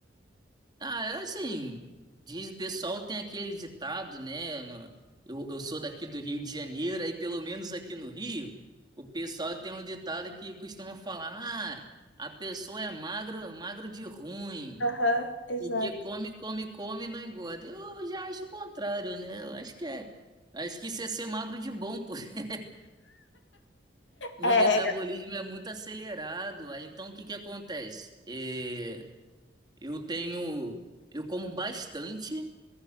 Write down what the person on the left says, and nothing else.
Aham, exato.
É,